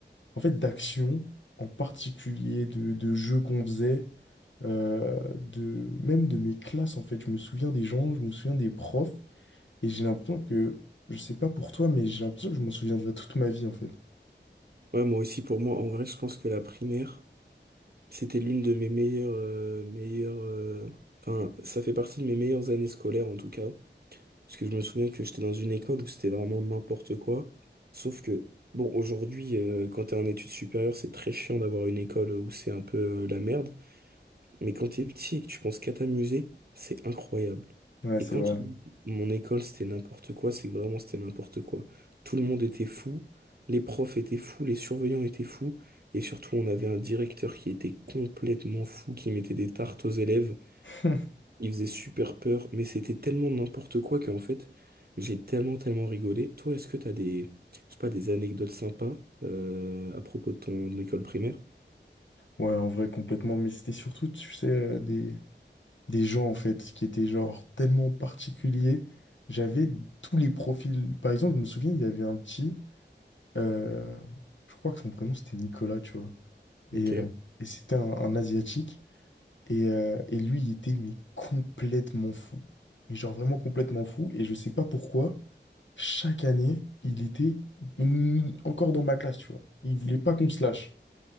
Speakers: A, on the left; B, on the right.
A: En fait, d'actions en particulier, de, de jeux qu'on faisait, euh, de... même de mes classes, en fait. Je me souviens des gens, je me souviens des profs. Et j'ai l'impression que, je sais pas pour toi, mais j'ai l'impression que je m'en souviendrai toute ma vie, en fait.
B: Ouais, moi aussi, pour moi, en vrai, je pense que la primaire, c'était l'une de mes meilleures, euh, meilleures, euh, enfin, ça fait partie de mes meilleures années scolaires, en tout cas. Parce que je me souviens que j'étais dans une école où c'était vraiment n'importe quoi. Sauf que, bon, aujourd'hui, euh, quand t'es en études supérieures, c'est très chiant d'avoir une école où c'est un peu euh, la merde. Mais quand t'es petit et que tu penses qu'à t'amuser, c'est incroyable.
A: Ouais,
B: Et
A: c'est
B: quand
A: vrai.
B: je dis mon école, c'était n'importe quoi, c'est que vraiment c'était n'importe quoi. Tout le monde était fou, les profs étaient fous, les surveillants étaient fous, et surtout on avait un directeur qui était complètement fou, qui mettait des tartes aux élèves,
A: <laughs>
B: il faisait super peur, mais c'était tellement n'importe quoi qu'en fait, j'ai tellement tellement rigolé. Toi, est-ce que t'as des, je sais pas, des anecdotes sympas euh, à propos de ton école primaire?
A: Ouais, en vrai, complètement. Mais c'était surtout, tu sais, euh, des, des gens, en fait, qui étaient, genre, tellement particuliers. J'avais tous les profils. Par exemple, je me souviens, il y avait un petit, euh, je crois que son prénom, c'était Nicolas, tu vois. Et,
B: Ok.
A: euh, et c'était un, un Asiatique. Et, euh, et lui, il était, mais complètement fou. Mais genre, vraiment complètement fou. Et je sais pas pourquoi, chaque année, il était une- encore dans ma classe, tu vois. Il voulait pas qu'on se lâche.